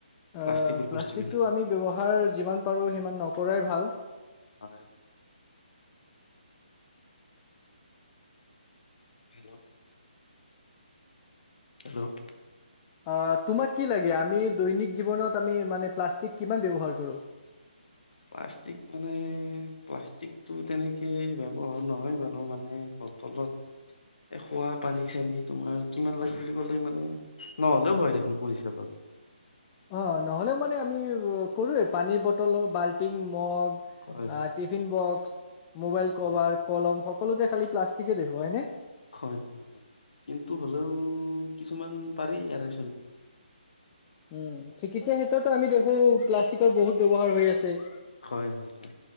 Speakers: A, on the left; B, on the left.
A: প্লাষ্টিকৰ
B: অ' প্লাষ্টিকটো
A: বস্তুবিলাক
B: আমি ব্যৱহাৰ যিমান পাৰোঁ সিমান নকৰাই ভাল।
A: হয়। হেল্ল' হেল্ল'
B: অ' তোমাক কি লাগে, আমি দৈনিক জীৱনত আমি মানে প্লাষ্টিক কিমান ব্যৱহাৰ কৰোঁ।
A: <unintelligible> প্লাষ্টিক মানে, প্লাষ্টিকতটো তেনেকে ব্যৱহাৰ নহয় বাৰু মানে বটলত এই, খোৱা পানী চানী তোমাৰ কিমান লাগে বুলি ক'লে মানে নহ'লেও হয় দেখোন মোৰ হিচাপত।
B: অ' নহ'লেও মানে আমি কৰোৱে পানীৰ বটল হওঁক বাল্টিং, মগ
A: হয় হয়
B: আহ টিফিনবক্স, মোবাইল
A: হয়
B: কভাৰ,
A: হয়।
B: কলম, সকলোতে খালি প্লাষ্টিকে দেখোঁ হয়নে?
A: হয়। কিন্তু, হ'লেও কিছুমান পাৰি ইয়াৰে
B: উম, চিকিৎসা টোত আমি দেখোঁ প্লাষ্টিকৰ বহুত ব্যৱহাৰ হৈ আছে।
A: হয়, হয়, হয়।